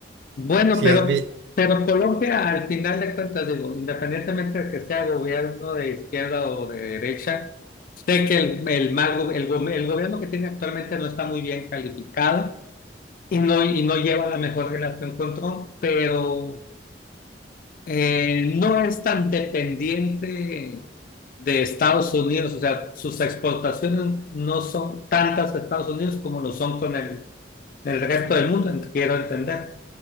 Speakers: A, on the left; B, on the right.
A: Bueno,
B: Si
A: pero,
B: has vi-
A: pero Colombia, al final de cuentas, digo, independientemente de que sea gobierno de izquierda o de derecha, sé que el, el, mal go- el, go- el gobierno que tiene actualmente no está muy bien calificado y no, y no lleva la mejor relación con Trump, pero eh, no es tan dependiente de Estados Unidos, o sea, sus exportaciones no son tantas de Estados Unidos como lo son con el, el resto del mundo, quiero entender.